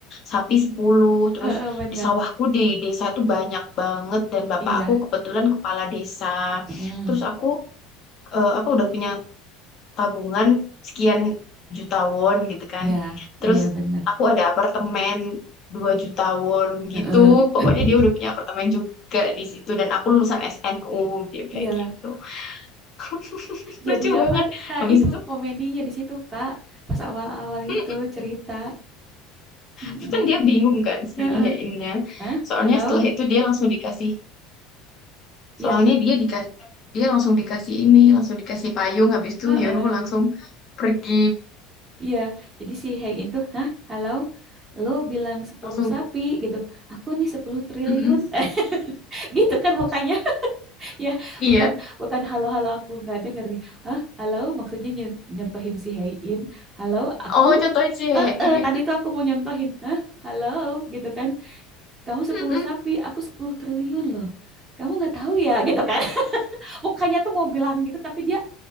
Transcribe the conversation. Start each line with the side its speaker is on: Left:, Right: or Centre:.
Left: sapi sepuluh terus
Right: Heeh, bener.
Left: di sawahku di desa tuh banyak banget dan bapak
Right: Iya.
Left: aku kebetulan kepala desa.
Right: Mm-mm.
Left: Terus aku eh, apa udah punya tabungan sekian juta won gitu kan.
Right: Iya,
Left: Terus
Right: iya bener.
Left: aku ada apartemen 2 juta won
Right: Heeh.
Left: gitu. Pokoknya
Right: <laughs>
Left: dia udah punya apartemen juga di situ dan aku lulusan SNU dia bilang
Right: Iya,
Left: gitu. <laughs>
Right: jadi
Left: Lucu banget.
Right: apa? Nah,
Left: Habis
Right: itu
Left: itu
Right: komedinya di situ, Kak. Pas awal-awal
Left: mm,
Right: itu cerita. Mm-mm.
Left: terus kan dia bingung kan si
Right: Heeh.
Left: Hein-nya.
Right: Hah?
Left: Soalnya
Right: Halo?
Left: setelah itu dia langsung dikasih
Right: Ya,
Left: soalnya dia dikasih dia langsung dikasih ini, langsung dikasih payung habis itu
Right: heeh.
Left: Hyunwoo langsung pergi
Right: Iya. Jadi si Hey itu, "Hah? Halo? Lo bilang 10
Left: <laughs> langsung
Right: sapi gitu. Aku nih 10 triliun."
Left: mm-mm.
Right: <laughs> Gitu kan mukanya. <laughs> Ya,
Left: <laughs>
Right: bukan
Left: Iya,
Right: bukan halo-halo aku nggak denger nih. "Hah? Halo?" Maksudnya ny- nyontohin si Hein. "Halo, aku
Left: Oh, contohnya ICE.
Right: Eh, eh, tadi tuh aku mau nyontohin. "Hah? Halo?" gitu kan. "Kamu
Left: <laughs>
Right: sepuluh
Left: Mm-mm.
Right: sapi, aku 10 triliun loh." Kamu nggak tahu ya gitu kan. <laughs> Mukanya tuh mau bilang gitu tapi dia